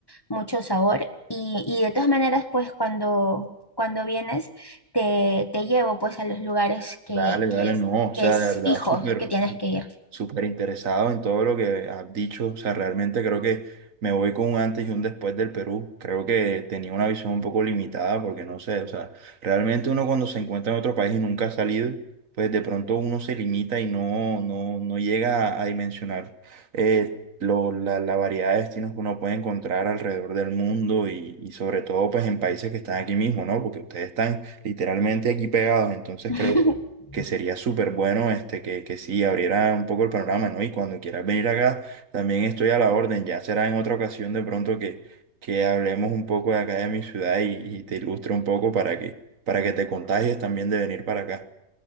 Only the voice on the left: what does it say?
mucho sabor. Y, y de todas maneras, pues cuando, cuando vienes, te, te llevo pues a los lugares que,
que es,
que
es
fijo
que tienes
que ir.
<laughs>